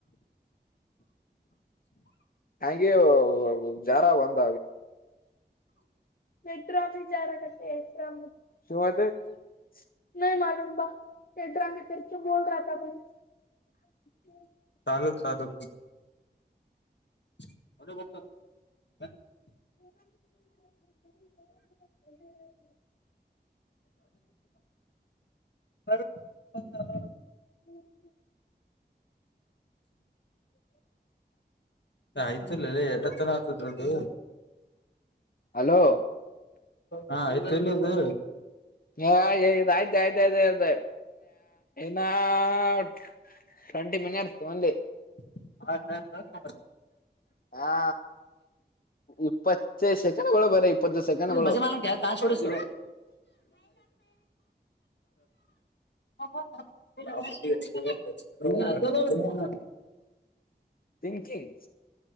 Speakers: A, on the left (about 55°); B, on the left (about 85°).
A: ಹಾಗಗೆ ಜಾರಾ ಒಂದ <unintelligible> <unintelligible> <unintelligible>
B: ಚಾಲು ಚಾಲೂ <unintelligible>
A: <unintelligible>
B: ಳ <unintelligible>
A: ಹ್ಮ್ ಹ್ಮ <unintelligible>
B: ಆಯ್ತಲ್ಲಲ್ಲ ಎಟತ್ತನ ಆಗ್ತದ್ರದು
A: ಹಲೋ
B: ಹಾ ಆಯ್ತು ಎಲ್ಲದು
A: ಹ ಆಯ್ತ ಆಯ್ತ ಆಯ್ತ ಹ ಟ್ವೆಂಟಿ ಮಿನಿಸ್ ಅಲ್ಲಿ
B: ಆಯತಯ್ತ
A: ಹಾ ಇಪ್ಪತ್ತೇ ಸೆಕೆಂಡ್ಗಳು ಬರೀ ಇಪ್ಪತ್ತು ಸೆಕೆಂಡ್ಗಳು
B: ಮಜೆ ಮಾಲ ಕ ಕ ೋಡ ಸ ಹೌ ಹ
A: ಥಿಂಕಿಂಗ್